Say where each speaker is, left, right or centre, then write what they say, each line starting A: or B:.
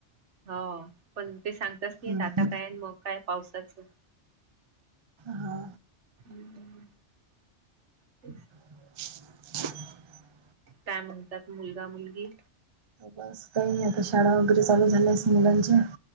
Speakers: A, on the right; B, on the right.
A: हो पण ते सांगताच नाही
B: हम्म
A: आता काय मग काय पावसाचं.
B: हा,
A: ह् ते
B: <inaudible>
A: काय म्हणतात मुलगा मुलगी
B: बस काही नाही आता शाळा वगैरे चालू झाल्यास मुलांच्या